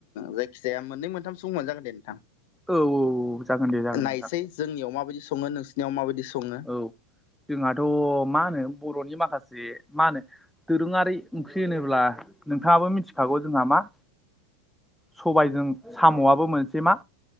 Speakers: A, on the left; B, in the centre.
A: जायखि जाया मोननै मोनथामसो मोनजागोन दे नोंथां
B: औ औ जागोन दे जागोन
A: नायसै
B: नोंथां
A: जोंनियाव माबायदि सङो नोंसोर नियाव माबायदि सङो
B: औ जोंहाथ' मा होनो बर'नि माखासे माखासे मा होनो दोरोङारि ओंख्रि होनोब्ला नोंथाङाबो मिथिखागौ जोंहा मा सबायजों साम'आबो मोनसे मा